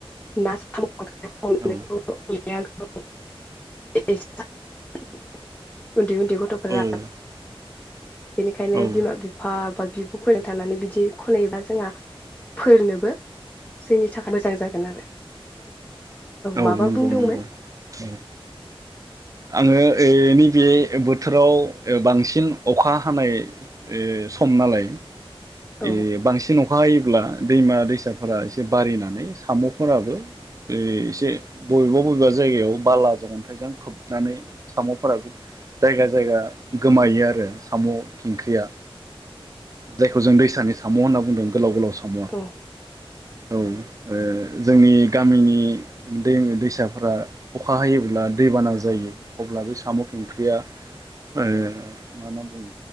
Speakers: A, on the left; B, on the right.
A: ना साम' <unintelligible>
B: औ
A: <unintelligible> उन्दै उन्दै गथफोरा
B: औ
A: बेनिखायनो
B: औ
A: बिमा बिफा बिबफोरजों थांनानै बिदि खनैयोबा जोंहा फोरनोबो जोंनि थाखाय मोजां जागोन आरो
B: औ
A: माबा
B: नंगौ
A: बुंदोंमोन
B: नंगौ औ आङो ओनि बे बोथोराव बांसिन अखा हानाय ओ सम नालाय
A: औ
B: ए बांसिन नख अखा हायोब्ला दैमा दैसाफोरा एसे बारिनानै सामफोराबो एसे बबेबा बबेबा जायगायाव बालाजों अन्थाइजों खोबनानै सामफोरा जायगा जायगा गोमायो आरो साम खिंखंख्रिया जायखौ जों दैसानि साम होनना बुंदों गोलाव गोलाव सामा
A: औ
B: औ ओ जोंनि गामिनि दैमा दैसाफोरा अखा हायोब्ला दैबाना जायो, अब्ला बे साम खिंख्रिया ओ मा होनना बुङो